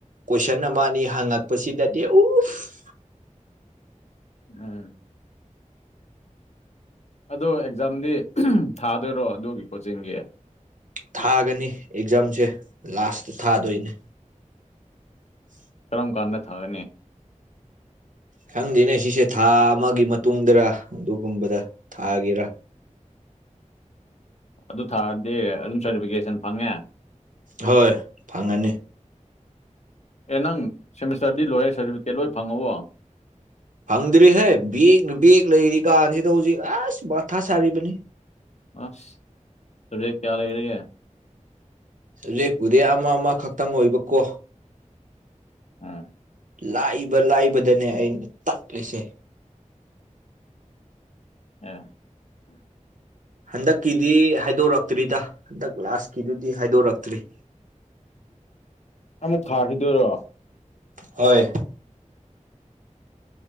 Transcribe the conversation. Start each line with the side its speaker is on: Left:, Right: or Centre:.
Right: ꯀꯣꯏꯁꯟ ꯑꯃ ꯑꯅꯤ ꯍꯪꯉꯛꯄꯁꯤꯗꯗꯤ ꯎꯐ
Left: ꯎꯝ꯫ ꯑꯗꫭ ꯑꯦꯛꯖꯥꯝꯗꯤ ꯊꯥꯗꯣꯏꯔꯣ ꯑꯗꯨꯒꯤ ꯀꯣꯆꯤꯡꯒꯤ
Right: ꯊꯥꯒꯅꯤ ꯑꯦꯛꯖꯥꯝꯁꯦ ꯂꯥꯁꯇ ꯊꯥꯗꯣꯏꯅꯦ <inaudible>
Left: ꯀꯔꯝ ꯀꯥꯟꯗ ꯊꯥꯒꯅꯤ
Right: ꯁꯪꯗꯦꯅꯦ ꯁꯤꯁꯦ ꯊꯥ ꯑꯃꯒꯤ ꯃꯇꯨꯡꯗꯔ ꯑꯗꯨꯒꯨꯝꯕꯗ ꯊꯥꯒꯤꯔ
Left: ꯑꯗꯨ ꯊꯥꯔꯗꯤ ꯑꯗꯨꯝ ꯁꯥꯔꯇꯤꯐꯤꯀꯦꯁꯟ ꯐꯪꯉꯦ
Right: ꯍꯣꯏ ꯐꯪꯉꯅꯤ
Left: ꯑꯦ ꯅꯪ ꯁꯦꯃꯤꯁꯇꯔꯗꯤ ꯂꯣꯏꯔꯦ ꯁꯥꯔꯇꯤꯐꯤꯀꯦꯠ ꯂꯣꯏ ꯐꯪꯉꯕꯣ꯫
Right: ꯐꯪꯗ꯭ꯔꯤꯍꯦ ꯕꯦꯛꯅ ꯕꯦꯛ ꯂꯩꯔꯤ ꯀꯥꯟꯁꯤꯗ ꯍꯧꯖꯤꯛ ꯑꯦꯁ ꯃꯥꯊꯥ ꯁꯥꯔꯤꯕꯅꯤ
Left: ꯑꯁ ꯁꯕꯖꯦꯛ ꯀꯌꯥ ꯂꯩꯔꯒꯦ
Right: ꯁꯕꯖꯦꯛꯄꯨꯗꯤ ꯑꯃ ꯑꯃꯈꯛꯇꯪ ꯑꯣꯏꯕꯀꯣ
Left: ꯎꯝ꯫
Right: ꯂꯥꯏꯕ ꯂꯥꯏꯕꯗꯅꯦ ꯑꯩꯅ ꯇꯠꯂꯤꯁꯦ
Left: ꯑ
Right: ꯍꯟꯗꯛꯀꯤꯗꯤ ꯍꯥꯏꯗꯣꯔꯛꯇ꯭ꯔꯤꯗ ꯍꯟꯗꯛ ꯂꯥꯁꯀꯤꯗꯨꯗꯤ ꯍꯥꯏꯗꯣꯔꯛꯇ꯭ꯔꯤ꯫
Left: ꯑꯃꯨꯛ ꯊꯥꯈꯤꯗꯣꯏꯔꯣ
Right: ꯍꯣꯏ